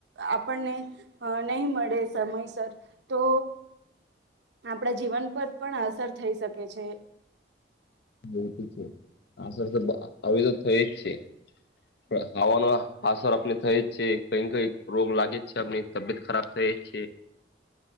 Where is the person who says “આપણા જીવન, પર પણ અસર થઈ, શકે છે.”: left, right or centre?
Right